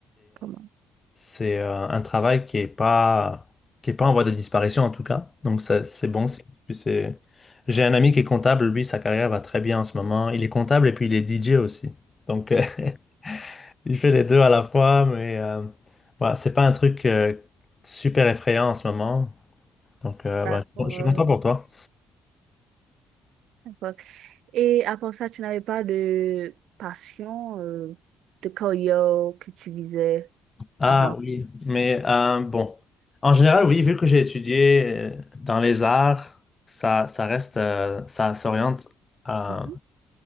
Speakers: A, on the right; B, on the left.
A: Comment?
B: C'est euh, un travail qui est pas, qui est pas en voie de disparition en tout cas. Donc ça, c'est bon. c'est- puis c'est- J'ai un ami qui est comptable, lui, sa carrière va très bien en ce moment. Il est comptable et puis il est DJ aussi. Donc euh, <laughs> il fait les deux à la fois, mais euh, voilà, c'est pas un truc euh, super effrayant en ce moment. Donc euh,
A: D'accord.
B: ouais, je je suis content pour toi.
A: D'accord. Et à part ça, tu n'avais pas de passion, euh, de carrière que tu visais
B: Ah
A: avant.
B: oui, mais euh, bon. En général, oui, vu que j'ai étudié euh, dans les arts, ça, ça reste, euh, ça s'oriente. euh,
A: Mhm.